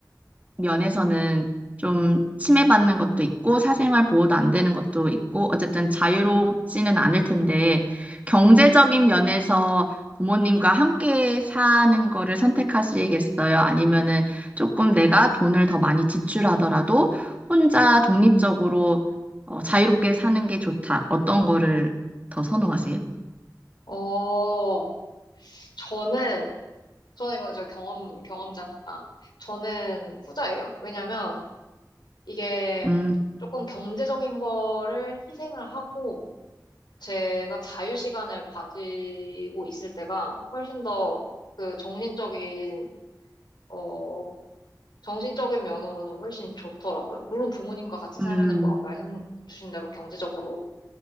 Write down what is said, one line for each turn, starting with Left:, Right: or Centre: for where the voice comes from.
Right: 면에서는 좀 침해받는 것도 있고 사생활 보호도 안 되는 것도 있고 어쨌든 자유롭지는 않을 텐데 경제적인 면에서 부모님과 함께 사는 거를 선택하시겠어요? 아니면은 조금 내가 돈을 더 많이 지출하더라도 혼자 독립적으로 어, 자유롭게 사는 게 좋다. 어떤 거를 더 선호하세요?
Left: 어, 저는, 저는 이건 저 경험, 경험자니까. 저는 후자예요. 왜냐면 이게
Right: 음,
Left: 조금 경제적인 거를 희생을 하고 제가 자유 시간을 가지고 있을 때가 훨씬 더 그 정신적인, 어, 정신적인 면으로는 훨씬 좋더라고요. 물론 부모님과 같이 살면은
Right: 음,
Left: 뭐 말씀 주신 대로 경제적으로